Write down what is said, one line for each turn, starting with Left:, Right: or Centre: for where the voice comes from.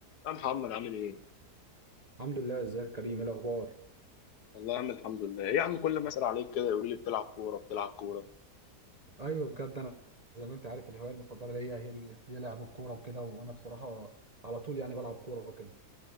Left: يا محمد عامل ايه؟
Right: الحمد لله ازيك يا كريم ايه الاخبار
Left: والله يا عم الحمد لله، إيه يا عم كل ما اسال عليك كده يقول لي بتلعب كوره بتلعب كوره،
Right: ايوه بجد انا زي ما انت عارف الهوايه المفضله ليا هي دي هي لعب الكوره وكده وانا بصراحه على طول يعني بلعب كوره وكده